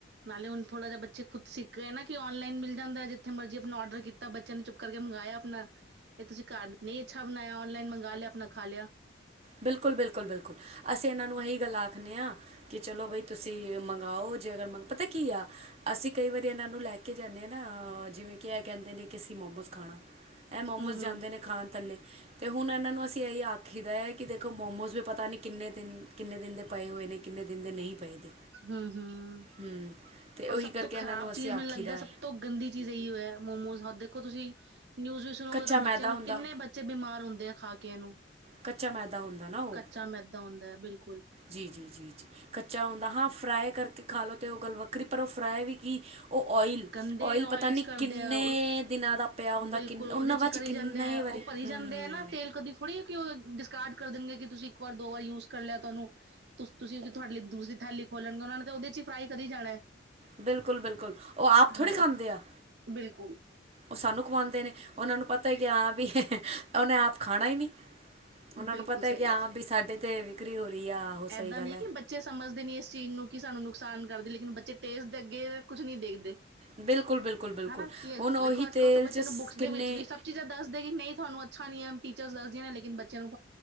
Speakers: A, on the right; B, on the right.
A: ਨਾਲੇ ਹੁਣ ਥੋੜਾ ਜਾ ਬੱਚੇ ਖੁਦ ਸਿੱਖ ਰੇ ਨਾ, ਕਿ ਔਨਲਾਈ ਮਿਲਦਾ, ਜਿੱਥੇ ਮਰਜੀ ਆਪਣਾ ਔਡਰ ਕੀਤਾ। ਤਾਂ ਬੱਚਿਆਂ ਨੇ ਚੁੱਪ ਕਰਕੇ ਮ ਮੰਗਵਾਇਆ ਆਪਣਾ ਇਹ ਤੁਸੀਂ ਘਰ ਨਹੀਂ ਅੱਛਾ ਬਣਾਇਆ, ਔਨਲਾਈਨ ਮੰਗਾ ਲਿਆ, ਆਪਣਾ ਖਾ ਲਿਆ।
B: ਬਿਲਕੁਲ, ਬਿਲਕੁਲ, ਬਿਲਕੁਲ! ਅਸੀਂ ਇਹਨਾਂ ਨੂੰ ਇਹੀ ਗੱਲਾਂ ਆਖਦੇ ਹਾਂ। ਕਿ ਚਲੋ ਬਈ, ਤੁਸੀਂ ਮੰਗਵਾਓ। ਜੇ ਅਗਰ ਮੰਗ ਪਤਾ ਕੀ ਆ, ਅਸੀਂ ਕਈ ਵਾਰੀ ਇਹਨਾਂ ਨੂੰ ਲੈ ਕੇ ਜਾਂਦੇ ਐ ਨਾ, ਜਿਵੇਂ ਕਿ ਇਹ ਕਹਿੰਦੇ ਨੇ ਕਿ ਅਸੀਂ ਮੋਮੋਸ ਖਾਣਾ। ਇਹ ਮੋਮੋਸ
A: ਹਮ
B: ਜਾਂਦੇ
A: ਹਮ
B: ਨੇ। ਖਾਣ ਥੱਲੇ, ਅਤੇ ਹੁਣ ਇਹਨਾਂ ਨੂੰ ਅਸੀਂ ਇਹੀ ਆਖੀਦਾ ਹੈ। ਕਿ ਦੇਖੋ, ਮੋਮੋਸ ਵੀ ਪਤਾ ਨਹੀਂ ਕਿੰਨੇ ਦਿਨ, ਕਿੰਨੇ ਦਿਨ ਦੇ ਪਏ ਹੋਏ ਨੇ, ਕਿੰਨੇ ਦਿਨ ਦੇ ਨਹੀਂ ਪਏ ਦੇ।
A: ਹਮ ਹਮ,
B: ਹੂੰ ਅਤੇ ਉਹੀ
A: ਔਰ ਸਭ
B: ਕਰਕੇ
A: ਤੋਂ ਖ਼ਰਾਬ
B: ਇਹਨਾਂ ਨੂੰ ਅਸੀਂ
A: ਚੀਜ਼,
B: ਆਖੀਦਾ
A: ਮੈਨੂੰ ਲੱਗਦਾ, ਸਭ
B: ਹੈ।
A: ਤੋਂ ਗੰਦੀ ਚੀਜ਼ ਇਹੀਓ ਹੈ ਮੋਮੋਜ਼, ਦੇਖੋ ਤੁਸੀਂ ਨਿਊਜ਼ ਵੀ ਸੁਣੋਗੇ
B: ਕੱਚਾ
A: ਤਾਂ
B: ਮੈਦਾ
A: ਬੱਚਿਆਂ ਨੂੰ
B: ਹੁੰਦਾ
A: ਕਿੰਨੇ ਬੱਚੇ ਬਿਮਾਰ ਹੁੰਦੇ ਆ ਖਾ ਕੇ ਇਹਨੂੰ।
B: ਕੱਚਾ ਮੈਦਾ ਹੁੰਦਾ ਨਾ ਉਹ।
A: ਕੱਚਾ ਮੈਦਾ ਹੁੰਦਾ, ਬਿਲਕਲ।
B: ਜੀ, ਜੀ, ਜੀ, ਜੀ, ਕੱਚਾ ਹੁੰਦਾ। ਹਾਂ ਫਰਾਈ ਕਰਕੇ ਖਾ ਲਓ, ਅਤੇ ਉਹ ਗੱਲ ਵੱਖਰੀ, ਪਰ ਉਹ ਫਰਾਈ ਵੀ ਕੀ ਉਹ ਓਇਲ
A: ਗੰਦੇ
B: ਓਇਲ ਪਤਾ ਨਹੀਂ
A: ਚ ਕਰਦੇ
B: ਕਿੰਨੇ
A: ਆ
B: ਦਿਨਾਂ ਦਾ ਪਿਆ ਹੁੰਦਾ
A: ਬਿਲਕੁਲ,
B: ਕਿੰਨ
A: ਉਹਦੇ
B: ਉਹਨਾਂ
A: ਚ
B: ਵਿੱਚ
A: ਹੀ ਕਰੀ
B: ਕਿੰਨਾ
A: ਜਾਂਦੇ ਐ
B: ਹੀ
A: ਉਹ
B: ਵਾਰੀ
A: ਭਰੀ
B: ਹੂੰ
A: ਜਾਂਦੇ ਐ ਨਾ, ਤੇਲ ਕਦੀ ਥੋੜ੍ਹੀ ਐ ਕਿ ਉਹ ਡਿਸਕਾਰਡ ਕਰ ਦੇਣਗੇ ਕਿ ਤੁਸੀਂ ਇੱਕ ਵਾਰ ਦੋ ਵਾਰ ਯੂਜ ਕਰ ਲਿਆ ਤੁਹਾਨੂੰ ਤੁ ਤੁਸੀਂ ਤੁਹਾਡੇ ਦੂਸਰੀ ਥਾਲੀ ਖੋਲਣਗੇ ਉਹਨਾਂ ਨੇ ਤਾਂ ਉਹਦੇ ਚ ਈ ਫਰਾਈ ਕਰੀ ਜਾਣਾ।
B: ਬਿਲਕੁਲ ਬਿਲਕੁਲ, ਉਹ ਆਪ ਥੋੜ੍ਹੀ
A: ਹਾਂ
B: ਖਾਂਦੇ ਆ।
A: ਬਿਲਕੁਲ
B: ਉਹ ਸਾਨੂੰ ਖਵਾਉਂਦੇ ਨੇ ਉਹਨਾਂ ਨੂੰ ਪਤਾ ਹੀ ਕਿ ਵੀ ਉਹਨੇ ਆਪ ਖਾਣਾ ਹੀ ਨਹੀਂ ਉਹਨਾਂ
A: ਬਿਲਕੁਲ
B: ਨੂੰ ਪਤਾ
A: ਸਹੀ
B: ਹੈ ਕਿ ਹਾਂ ਵੀ ਸਾਡੇ ਤੇ ਵਿਕਰੀ ਹੋ ਰਹੀ ਆ ਆਹੋ ਸਹੀ
A: ਇੱਦਾਂ
B: ਗੱਲ
A: ਨੀ ਹੈ ਕਿ ਬੱਚੇ ਬੱਚੇ ਸਮਝਦੇ ਨਹੀਂ ਇਸ ਚੀਜ਼ ਨੂੰ ਕਿ ਸਾਨੂੰ ਨੁਕਸਾਨ ਕਰਦੇ ਲੇਕਿਨ ਬੱਚੇ ਟੇਸਟ ਦੇ ਅੱਗੇ ਕੁਛ ਨਹੀਂ ਦੇਖਦੇ
B: ਬਿਲਕੁਲ ਬਿਲਕੁਲ ਬਿਲਕੁਲ
A: ਹਨਾ ਕਿ
B: ਹੁਣ ਉਹੀ
A: ਦੇਖੋ ਅੱਜ
B: ਤੇਲ
A: ਕੱਲ੍ਹ ਤਾਂ ਬੱਚਿਆਂ
B: 'ਚ ਸ-
A: ਨੂੰ ਬੁੱਕਸ ਦੇ
B: ਕਿੰਨੇ
A: ਵਿੱਚ ਵੀ ਸਭ ਚੀਜ਼ਾਂ ਦੱਸਦੇ ਕਿ ਨਹੀਂ ਤੁਹਾਨੂੰ ਅੱਛਾ ਨਹੀਂ ਹੈ ਟੀਚਰ ਦੱਸਦੀਆਂ ਨੇ ਲੇਕਿਨ ਬੱਚ ਨੂੰ